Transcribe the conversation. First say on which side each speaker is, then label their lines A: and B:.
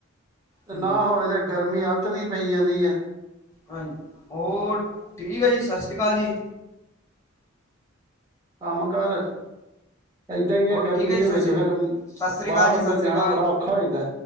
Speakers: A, on the right; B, on the left.
A: ਤੇ
B: ਹਾਂਜੀ
A: ਨਾ ਹੋਵੇ ਤੇ ਗਰਮੀ ਅੱਤ ਦੀ ਪਈ ਜਾਂਦੀ ਐ।
B: ਹਾਜ, ਹੋਰ ਠੀਕ ਐ ਜੀ, ਸਸ ਰੀ ਕਾਲ ਜੀ।
A: ਕੰਮ-ਕਾਰ ਏਦਾਂ ਈ ਐ,
B: ਹੋਰ
A: ਗਰਮੀ
B: ਠੀਕ ਹੈ ਜੀ
A: ਦੇ
B: ਸਤਿ
A: ਵਿੱਚ
B: ਸ਼੍ਰੀ
A: ਫਿਰ
B: ਸਤਿ ਸ਼੍ਰੀ
A: ਬਾਹਰ-ਅੰਦਰ
B: ਅਕਾਲ ਜੀ ਸਤਿ ਸ਼੍ਰੀ
A: ਜਾਣਾ
B: ਅਕਾਲ
A: ਬੜਾ ਔਖਾ ਹੋ ਜਾਂਦਾ‌।